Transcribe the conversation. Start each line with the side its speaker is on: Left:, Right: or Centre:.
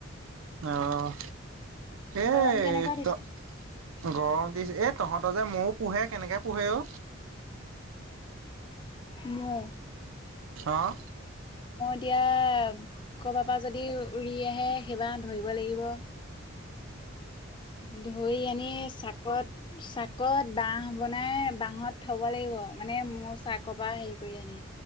Right: অহ এ
Left: গৰম কেনেকুৱা দিছে
Right: ত গৰম দিছে এ তহঁত যে মৌ পোহে কেনেকে পোহে অ?
Left: মৌ।
Right: অহ।
Left: এতিয়া ক'ৰবাৰ পৰা যদি উৰি আহে সেইবা ধৰিব লাগিব। ধৰি আনি চাকত চাকত বাঁহ বনাই বাঁহত থ'ব লাগিব মানে মোৰ চাকৰ পৰা হেৰি কৰি আনি।